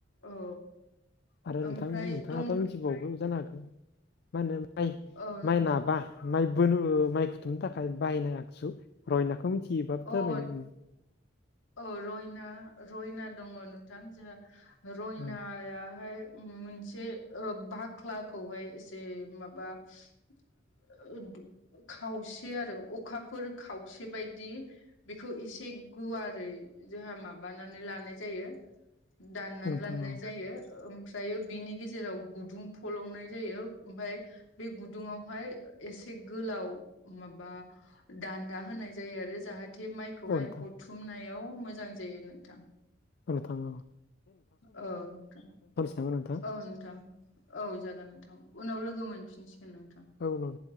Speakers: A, on the left (about 75°); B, on the left (about 55°).
A: औ
B: आरो नोंथांमोन
A: ओमफ्राय
B: नोंथाङाथ
A: दं
B: मिथिबावगो जानो हागौ मा होनो माइ
A: औ नोंथां
B: माइ नाबा माइ बोनो माइ खुथुमनो थाखाय बाहायनो आखसु रयनाखौ मिथियोब
A: औ
B: थाबायनो आंनो।
A: औ रयना रयना दङ नोंथां जोंहा रयनायाहाय
B: औ
A: मोनसे ओ बाख्लाखौहाय एसे माबा <inaudible> खावसे आरो अखाफोर खावसे बायदि बेखौ एसे गुवार। ओरै जोंहा माबानानै लानाय जायो दाननानै
B: नोंथां
A: लानाय
B: औ
A: जायो। ओमफ्रायो बिनि गेजेराव गुदुं फलंनाय जायो ओमफफ्राय। बे गुदुङावहाय एसे गोलाव माबा दान्दा होनाय। जायो आरो जाहाथे माइखौहाय
B: औ नोंथां
A: हथुमनायाव मोजां जायो नोंथां।
B: मानो थाङा?
A: औ नोंथां
B: नामा नोंथां
A: औ नोंथां औ जागोन नोंथां। उनाव लोगो मोनफिनसिगोन नोंथां।
B: औन औ।